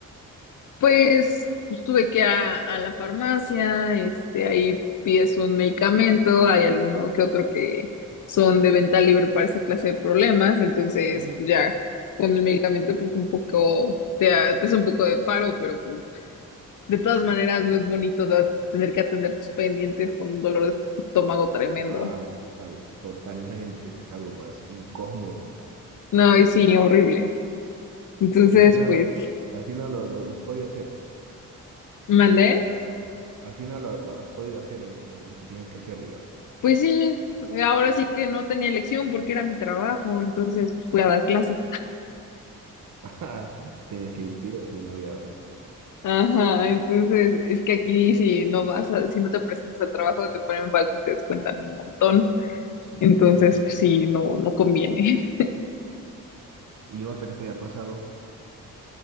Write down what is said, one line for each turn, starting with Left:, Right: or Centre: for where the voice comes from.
Left: Pues, pues tuve que a, a la farmacia, este, ahí pides un medicamento, hay alguno que otro que son de venta libre para esa clase de problemas, entonces
Right: Ujú.
Left: pues ya con el medicamento pues un poco, te, ha- te hace un poco de paro, pero pues de todas maneras no es bonito da- tener que atender tus pendientes con un dolor de estómago tremendo.
Right: Claro, total, totalmente. Es algo más incómodo.
Left: No, y sí, horrible. Entonces,
Right: Y al final,
Left: pues,
Right: has- al final lo, lo- lo has podido hacer.
Left: mandé.
Right: Al final lo, lo has podido hacer el- lo, lo que tienes que hacer, digamos.
Left: Pues sí, Ahora sí que no tenía elección porque era mi trabajo, entonces pues, fui a dar clases.
Right: <laughs> Tenías que ir, sí o sí, no había otra.
Left: Ajá, entonces es que aquí si no vas a, si no te presentas al trabajo te ponen falta y te descuentan un montón.
Right: Sí, me
Left: Entonces,
Right: imagino.
Left: pues sí, no, no conviene. <laughs>
Right: Y otra que te haya pasado.